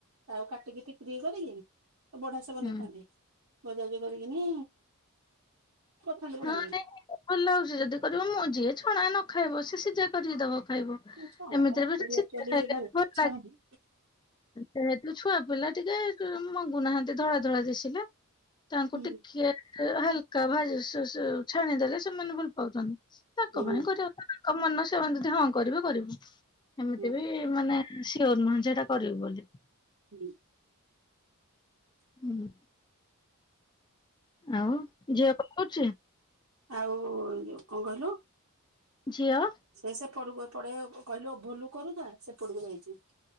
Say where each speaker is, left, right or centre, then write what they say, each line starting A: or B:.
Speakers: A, on the right; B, on the left.
A: ତାକୁ କାଟିକି ଟିକି ଟିକି କରିକି। ବଢିଆ ସେ ବନେଇଥାନ୍ତି।
B: ହୁଁ
A: ଭଜାରେ କରିକିନି କୋଥାଲୁ ଗୁଡାକ।
B: ହଁ ନାଇଁ ଭଲ ଲାଗୁଛି ଯଦି କରିବ ମୋ ଯିଏ ଛଣା ନ ଖାଇବ ସିଏ ସିଝା କରିକି ଦବ ଖାଇବ।
A: ନାଇଁ ଛଣା
B: ଏମିତିରେ
A: ତ ମୋ
B: ସିଝା
A: ବି ଆଚ୍ୟୁୟେଲି
B: ଖାଇଲେ
A: ଖାଇବାକୁ
B: ବି ଭଲ
A: ଇଚ୍ଛା
B: ଲାଗେ
A: ହଉନି।
B: ଯେହେତୁ ଛୁଆ ପିଲା ଟିକେ କଁ ମଙ୍ଗୁନାହାନ୍ତି ଧଳା ଧଳା ଦିଶିଲେ। ତାଙ୍କୁ
A: ହୁଁ
B: ଟିକେ ହାଲକା ଭାଜ ସଁ ସଁ ଛାଣିଦେଲେ ସେମାନେ ଭଲ ପାଉଛନ୍ତି। ତାଙ୍କ
A: ହଁ
B: ପାଇଁ କରିବା କଥା ତାଙ୍କ ମନ ସେମାନେ ଯଦି ହଁ କରିବେ କରିବୁ ଏମିତି
A: ହଁ
B: ବି ଏ ମାନେ ସିୟର ନୁହେଁ ଯେ ଏଇଟା କରିବୁ ବୋଲି।
A: ଉଁହୁଁ।
B: ହୁଁ। ଆଉ ଝିଅ କଣ କରୁଛି?
A: ଆଉ ଯୋଉଁ କଣ କହିଲୁ?
B: ଝିଅ?
A: ସେ ସେପଟକୁ ଏପଟେ କହିଲୁ ଭୋଲୁ କରୁଥା ସେପଟକୁ ଯାଇଛି।